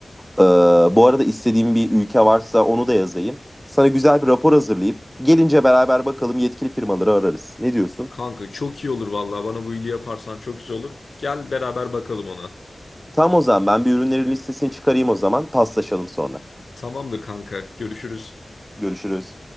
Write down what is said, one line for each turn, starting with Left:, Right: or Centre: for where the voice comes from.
Centre: E, bu arada istediğim bir ülke varsa onu da yazayım. Sana güzel bir rapor hazırlayıp gelince beraber bakalım yetkili firmaları ararız. Ne diyorsun?
Left: Kanka çok iyi olur vallahi. Bana bu iyiliği yaparsan çok güzel olur. Gel beraber bakalım ona.
Centre: Tamam o zaman ben bir ürünlerin listesini çıkarayım o zaman paslaşalım sonra.
Left: Tamamdır kanka. Görüşürüz.
Centre: Görüşürüz.